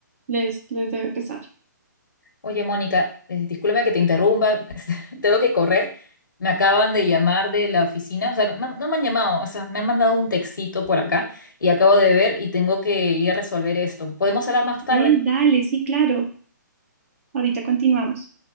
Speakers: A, on the right; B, on the left.
A: les, les debe pesar.
B: Oye, Mónica, eh, discúlpame que te interrumpa, <laughs> este, tengo que correr. Me acaban de llamar de la oficina, o sea, me han- no me han llamado, o sea, me han mandado un textito por acá y acabo de ver y tengo que ir a resolver esto. ¿Podemos hablar más tarde?
A: Ve, dale, sí, claro. Ahorita continuamos.